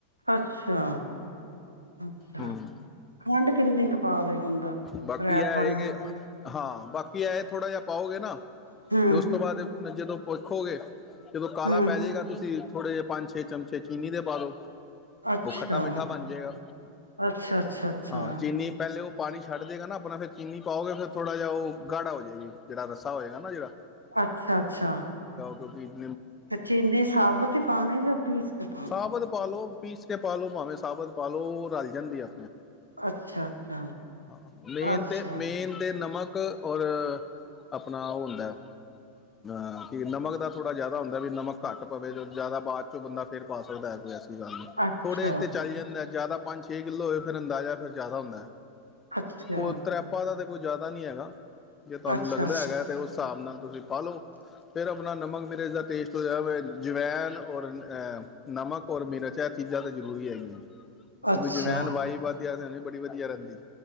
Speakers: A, on the right; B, on the left.
A: ਅੱਛਾ ਅੱਛਾ
B: ਹਮ
A: ਖੰਡ ਕਿੰਨੇ ਕੁ ਪਾ ਦੇ ਬੰਦਾ
B: ਬਾਕੀ
A: ਤਰੈ
B: ਇਹ ਹੈ
A: ਭਣੇ
B: ਕਿ ਹਾਂ ਬਾਕੀ ਐ ਥੋੜਾ ਜਿਹਾ ਪਾਓਗੇ ਨਾ
A: ਹਮ
B: ਤੇ ਉਸ ਤੋਂ ਬਾਅਦ ਜਦੋਂ ਭੁਖੋਗੇ ਜਦੋਂ ਕਾਲਾ
A: ਹਮ
B: ਪੈ ਜਾਏਗਾ ਤੁਸੀਂ ਥੋੜੇ ਜਿਹੇ ਪੰਜ ਛੇ ਚਮਚੇ ਚੀਨੀ ਦੇ ਪਾ ਦੋ
A: ਅੱਛਾ
B: ਉਹ ਖੱਟਾ ਮਿੱਠਾ ਬਣ ਜਾਏਗਾ
A: ਅੱਛਾ ਅੱਛਾ ਅੱਛਾ
B: ਹਾਂ ਚੀਨੀ ਪਹਿਲੇ ਉਹ ਪਾਣੀ ਛੱਡ ਜਏਗਾ ਨਾ ਆਪਣਾ ਫਿਰ ਚੀਨੀ ਪਾਓ ਫਿਰ ਥੋੜ੍ਹਾ ਜਿਹਾ ਉਹ ਗਾੜਾ ਹੋ ਜਾਵੇ ਜਿਹੜਾ ਰੱਸਾ ਹੋ ਜਾਏਗਾ ਨਾ ਜਿਹੜਾ
A: ਅੱਛਾ ਅੱਛਾ
B: ਕੀ
A: ਤੇ ਚੀਨੀ ਸਾਬਤ ਹੀ ਪਾਉਣੇ ਜਾਂ ਪੀਸ ਕੇ ਪਾਣੇ
B: ਸਾਬਤ ਪਾ ਲਓ ਪੀਸ ਕੇ ਪਾ ਲਓ ਭਾਵੇਂ ਸਾਬਤ ਪਾ ਲਓ ਉਹ ਰਲ ਜਾਂਦੀ ਆ
A: ਅੱਛਾ ਅੱਛਾ
B: ਹਾਂ ਮੇਨ
A: ਅੱਛਾ
B: ਤੇ ਮੇਨ ਦੇ ਨਮਕ ਔਰ ਆਪਣਾ ਉਹ ਹੁੰਦਾ ਅਹ ਕਿ ਨਮਕ ਦਾ ਥੋੜ੍ਹਾ ਜਿਆਦਾ ਹੁੰਦਾ ਵੀ ਨਮਕ ਘੱਟ ਪਵੇ ਜੋ ਜ਼ਿਆਦਾ ਬਾਅਦ ਚੋਂ ਬੰਦਾ ਫੇਰ ਪਾ ਸਕਦਾ ਹੈ ਕੋਈ
A: ਅੱਛਾ
B: ਥੋੜੇ ਇੱਥੇ ਚੱਲ ਜਾਂਦਾ ਜ਼ਿਆਦਾ ਪੰਜ ਛੇ ਕਿੱਲੋ ਹੋਵੇ ਫਿਰ ਅੰਦਾਜ਼ਾ ਫਿਰ ਜ਼ਿਆਦਾ ਹੁੰਦਾ
A: ਅੱਛਾ
B: ਉਹ ਤਰੈਪਾਂ ਦਾ ਤਾਂ ਕੋਈ ਜ਼ਿਆਦਾ ਨਹੀਂ ਹੈਗਾ ਜੇ ਤੁਹਾਨੂੰ
A: ਅੱਛਾ
B: ਲੱਗਦਾ ਹੈਗਾ ਤੇ ਉਸ ਹਿਸਾਬ ਨਾਲ ਤੁਸੀਂ ਪਾਾਲਓ ਫਿਰ ਆਪਣਾ ਨਮਕ ਮਿਰਜ਼ ਦਾ ਟੇਸਟ ਹੋ ਜਾ ਜਵੈਨ ਔਰ ਅਹ ਨਮਕ ਔਰ ਮਿਰਚ ਇਹ ਚੀਜ਼ਾਂ ਤਾਂ ਜ਼ਰੂਰੀ ਹੈਗੀਆਂ ਕਿਉਂਕਿ
A: ਅੱਛਾ ਅੱਛਾ ਅੱਛਾ
B: ਜਵੈਨ ਵਾਈ ਵੱਧ ਬੜੀ ਵਧੀਆ ਰਹਿੰਦੀ